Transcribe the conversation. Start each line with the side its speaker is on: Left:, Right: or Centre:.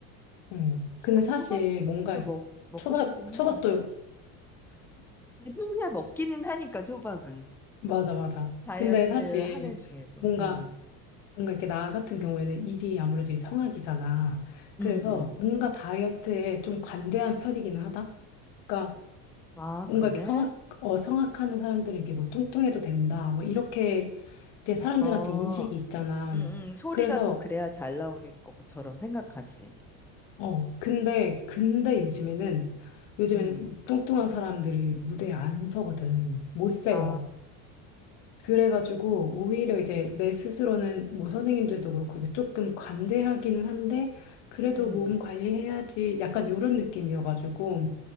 Left: 응.
Centre: 초,
Left: 근데 사실
Centre: 초밥도
Left: 뭔가
Centre: 먹, 먹고
Left: 초밥,
Centre: 싶긴
Left: 초밥도,
Centre: 하다. 근데 평소에 먹기는 하니까 초밥은
Left: 맞아, 맞아.
Centre: 다이어트
Left: 근데 사실
Centre: 하는 중에도.
Left: 뭔가,
Centre: 음,
Left: 뭔가 이렇게 나 같은 경우에는 일이 아무래도 이 성악이잖아. 그래서
Centre: 음, 음.
Left: 뭔가 다이어트에 좀 관대한 편이기는 하다. 그러니까
Centre: 아,
Left: 뭔가
Centre: 그래?
Left: 이렇게 성악, 어, 성악하는 사람들은 이게 뭐 뚱뚱해도 된다. 뭐 이렇게 이제 사람들한테
Centre: 어,
Left: 인식이 있잖아.
Centre: 음, 음. 소리가
Left: 그래서,
Centre: 더 그래야 잘 나오는 것처럼 생각하지.
Left: 어, 근데, 근데 요즘에는, 요즘에는
Centre: 음, 음.
Left: 뚱뚱한 사람들이 무대에 안 서거든. 못 세워.
Centre: 아,
Left: 그래가지고 오히려 이제 내 스스로는 뭐 선생님들도 그렇고 이게 조금 관대하기는 한데, 그래도
Centre: 음.
Left: 몸 관리해야지. 약간 요런 느낌이어가지고.